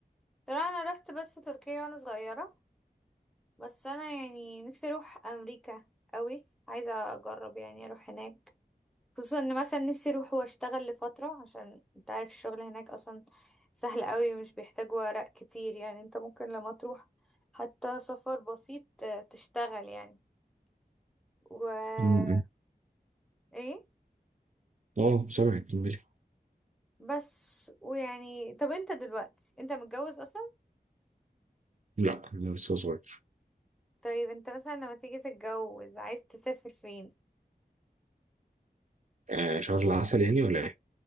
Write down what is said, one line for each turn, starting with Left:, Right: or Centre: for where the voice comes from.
Centre: ترى انا رحت بس تركيا وانا صغيرة بس انا يعني نفسي اروح امريكا قوي عايزة اجرب يعني اروح هناك خصوصا ان مثلا نفسي اروح واشتغل لفترة عشان انت عارف الشغل هناك اصلا سهل قوي ومش بيحتاج ورق كتير يعني انت ممكن لما تروح حتى سفر بسيط آه، تشتغل يعني و
Right: م- م.
Centre: ايه
Right: أه سامعك كملي
Centre: بس ويعني طب انت دلوقتي انت متجوز اصلا
Right: لا أنا لسه صغير
Centre: طيب انت مثلا لما تيجي تتجوز عايز تسافر فين
Right: آه، شهر العسل يعني ولا إيه؟